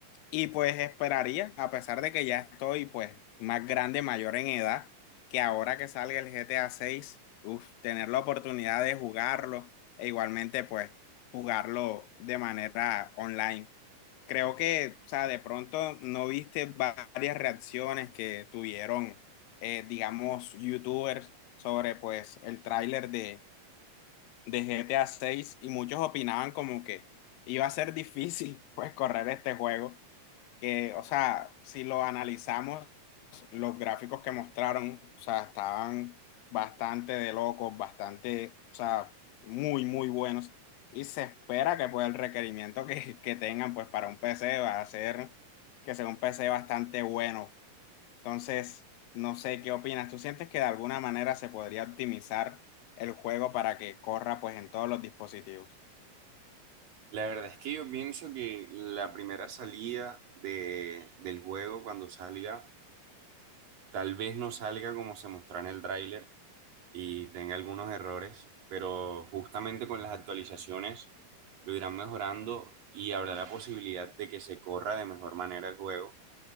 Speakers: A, on the left; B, on the right.
A: y pues esperaría, a pesar de que ya estoy pues más grande, mayor en edad, que ahora que salga el GTA seis uf, tener la oportunidad de jugarlo e igualmente pues jugarlo de manera online. Creo que, o sea, de pronto no viste varias reacciones que tuvieron, eh, digamos, youtubers sobre pues el tráiler de, de GTA seis y muchos opinaban como que iba a ser difícil <laughs> pues correr este juego que, o sea, si lo analizamos, los gráficos que mostraron, o sea, estaban bastante de locos, bastante, o sea, muy, muy buenos. Y se espera que pues el requerimiento que, que tengan pues para un PC va a ser que sea un PC bastante bueno. Entonces, no sé qué opinas. ¿Tú sientes que de alguna manera se podría optimizar el juego para que corra pues en todos los dispositivos?
B: La verdad es que yo pienso que la primera salida de, del juego cuando salga, tal vez no salga como se mostró en el tráiler y tenga algunos errores, pero justamente con las actualizaciones lo irán mejorando y habrá la posibilidad de que se corra de mejor manera el juego.